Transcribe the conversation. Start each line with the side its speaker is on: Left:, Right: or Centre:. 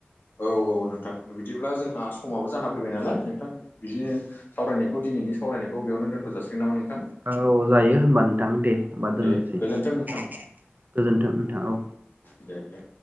Left: औ औ नोंथां बिदिब्ला जोंहा समाबो जाना फैबाय नालाय नोंथां बिदिनो सावरायनायखौ दिनैनि सावरायनायखौ बेयावनो दोनथ' जाासिगोन नामा नोंथां?
Right: औ जायो होमबा नोंथां दे होमबा दोननोसै
Left: दे गोजोन्थों
Right: औ
Left: नोंथां
Right: गोजोनथों नोंथां औ।
Left: दे दे